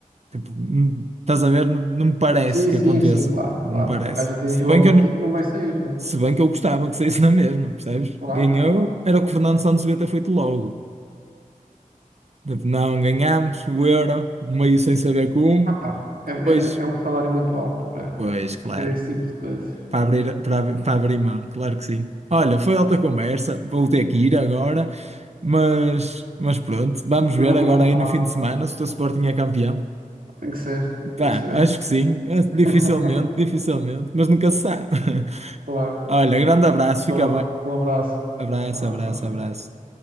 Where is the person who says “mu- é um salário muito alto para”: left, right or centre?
Right